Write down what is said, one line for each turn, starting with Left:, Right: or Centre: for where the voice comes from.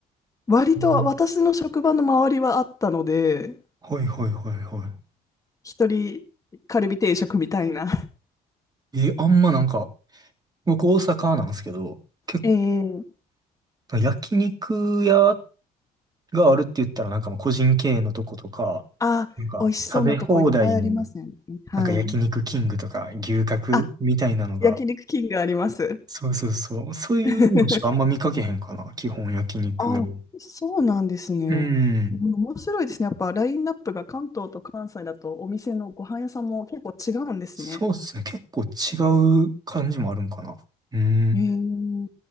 Left: 割と私の職場の周りはあったので、
Right: うんはいはいはいは
Left: 一人カルビ定食みたいな。
Right: い。え、あんまなんか、僕大阪なんですけど、結
Left: ええ
Right: 構、焼肉屋があるって言ったらなんかまあ個人経営のとことか、
Left: あ、
Right: なんか食べ放題の
Left: 美味しそうなとこいっぱいありますよね。はい。
Right: なんか焼肉キングとか牛角みたいなのが
Left: あ、焼肉キングあります。
Right: そうそうそう。そういうのしかあんま見かけへんかな。
Left: <laughs>
Right: 基本焼肉屋は。
Left: あ、そうなんですね。
Right: うん。
Left: うん面白いですね。やっぱラインナップが関東と関西だとお店のご飯屋さんも結構違うんですね。
Right: そうっすね。結構違う感じもあるんかな。うん。
Left: えー、い